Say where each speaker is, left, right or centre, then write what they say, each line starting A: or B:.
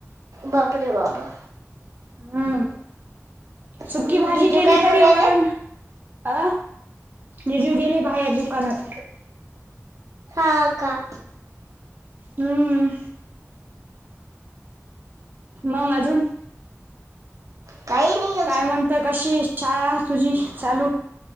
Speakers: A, on the right (about 85°); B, on the right (about 35°).
A: बापरे बाबा.
B: हम्म सुक्की
A: हम्म,
B: भाजी
A: जिजू
B: केली
A: काय करू
B: तरी
A: राहिले
B: वरण अ जिजू गेले बाहेर दुकानात.
A: हाव का?
B: हम्म. मंग अजून?
A: काही नाई
B: काय म्हणतं कशी शाळा तुझी चालू